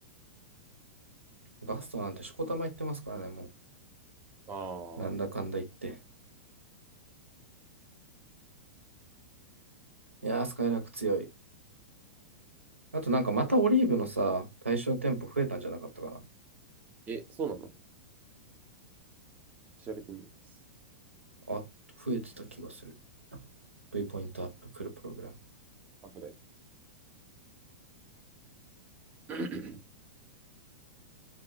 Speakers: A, on the right (about 85°); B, on the right (about 25°).
A: ガストなんてしこたま行ってますからね、も
B: あ
A: う。なんだかんだ言って。
B: あ。
A: いやー、スカイラーク強い。あとなんかまたオリーブのさ、対象店舗増えたんじゃなかったかな。
B: え、そうなの調べてみます。
A: あ、増えてた気がする。V ポイントアップ来るプログラム。
B: 後で。<coughs>